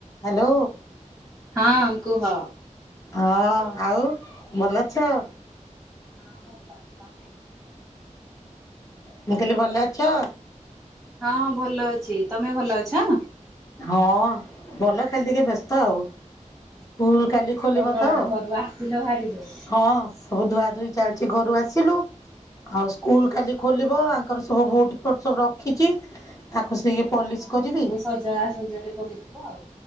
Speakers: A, on the left (about 25°); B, in the centre.
A: Hello
B: ହଁ କୁହ।
A: ହଁ ଆଉ ଭଲ ଅଛ?
B: ହଁ ଭଲ ତମେ।
A: ମୁଁ କହିଲି ଭଲ ଅଛ!
B: ହଁ ଭଲ ଅଛି ତମେ ଭଲ ଅଛ?
A: ହଁ ଭଲ ଖାଲି ଟିକେ ବ୍ୟସ୍ତ ଆଉ। ସ୍କୁଲ କାଲି
B: ବ୍ୟସ୍ତ
A: ଖୋଲିବ
B: କଣ
A: ତ
B: ଘରୁ ଆସିଲ ଭାରି ଜୋରେ
A: ହଁ ସବୁ ଧୁଆ ଧୁଇ ଆଜି ଘରୁ ଆସିଲୁ? ଆଉ ସ୍କୁଲ କାଲି ଖୋଲିବ ଆଙ୍କ ତାଙ୍କର ସବୁ ବୋଟ ଫୋଟ ସବୁ ରଖିଛି ତାକୁ ସେ ପଲିସ୍
B: ହଁ
A: କରିବି।
B: ସବୁ ସଜଡା ସଜଡି କରୁଥିବ ଆଉ।